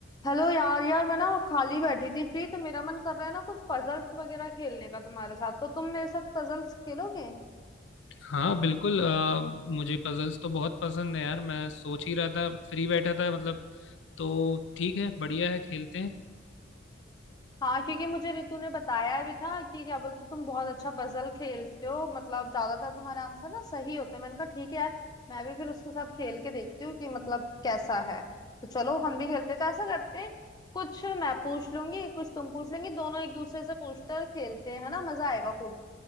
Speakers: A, on the left; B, on the left.
A: Hello यार यार मैं ना खाली बैठी थी फ्री तो मेरा मन कर रहा है ना कुछ पजल्स वगैरह खेलने का तुम्हारे साथ तो तुम मेरे साथ पजल्स खेलोगे
B: हाँ बिल्कुल अ, मुझे पजल्स तो बहुत पसंद है यार मैं सोच ही रहा था फ्री बैठा था मतलब तो ठीक है बढ़िया है खेलते हैं
A: हाँ क्योंकि मुझे रितु ने बताया भी था कि क्या बोलते तुम बहुत अच्छा पजल खेलते हो मतलब ज्यादातर तुम्हारे आंसर ना सही होते हैं मैंने कहा ठीक है यार मैं भी फिर उसके साथ खेल के देखती हूँ कि मतलब कैसा है तो चलो हम भी खेलते हैं। तो ऐसा करते हैं कुछ मैं पूछ लूंगी कुछ तुम पूछ लेंगी दोनों एक दूसरे से पूछकर खेलते हैं है ना मजा आएगा खूब